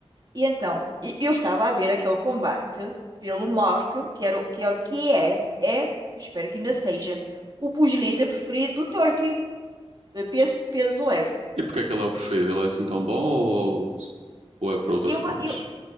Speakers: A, on the right; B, on the right.
A: E então, e- eu estava a ver aquele combate pelo Mork, que, era, o- que, é, que é, é, espero que ainda seja, o pugilista preferido do Turki, eh, peso, peso leve.
B: E porque é que ele é o preferido? Ele é assim tão bom ou, ou ou é por outras
A: Eu,
B: coisas?
A: a- eu,